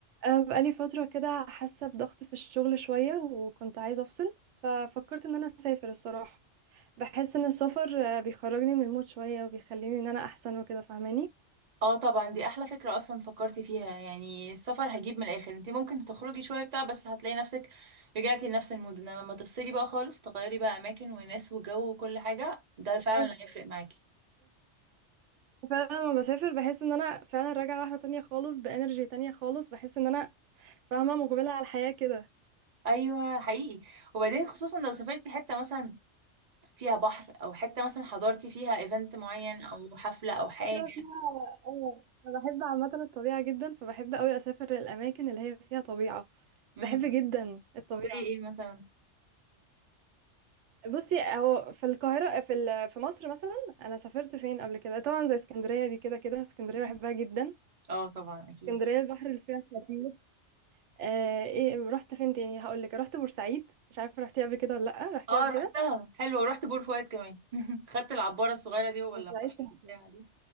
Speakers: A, on the right (about 75°); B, on the right (about 40°).
A: أنا بقالي فترة كده حاسة بضغط في الشغل شوية وكنت عايزة أفصل ففكرت إن أنا أسافر الصراحة بحس إن السفر آه، بيخرجني من المود شوية وبيخليني إن أنا أحسن وكده فاهماني
B: اه طبعا دي احلى فكرة اصلا فكرتي فيها يعني السفر هيجيب من الاخر انت ممكن تخرجي شوية بتاع بس هتلاقي نفسك رجعتي لنفس المود انما لما تفصلي بقى خالص تغيري بقى اماكن وناس وجو وكل حاجة ده فعلا
A: <laughs>
B: اللي هيفرق معاكي
A: فعلا لما بسافر بحس إن أنا فعلا راجعة واحدة تانية خالص بإنرجي تانية خالص بحس إن أنا فاهمة مقبلة على الحياة كده
B: ايوه حقيقي وبعدين خصوصا لو سافرتي حتة مثلا فيها بحر او حتة مثلا حضرتي فيها ايفنت معين او حفلة او حاجة
A: كده فيها أيوة أنا بحب عامة الطبيعة جدا فبحب أوي أسافر للأماكن اللي هي فيها طبيعة
B: امم
A: بحب جدا الطبيعة
B: زي ايه مثلا
A: بصي هو في القاهرة في ال- في مصر مثلا أنا سافرت فين قبل كده طبعا زي اسكندرية دي كده كده اسكندرية بحبها
B: مم.
A: جدا
B: اه طبعا اكيد
A: اسكندرية البحر اللي فيها خطير آه ايه رحت فين تاني هقول لك رحت بورسعيد مش عارفة رحتي قبل كده ولا لأ رحتي
B: اه
A: قبل
B: رحتها
A: كده
B: حلوة ورحت بور فؤاد كمان <laughs> خدت العبارة الصغيرة دي ولا
A: بورسعيد
B: البحر
A: تحفة
B: بتاعها دي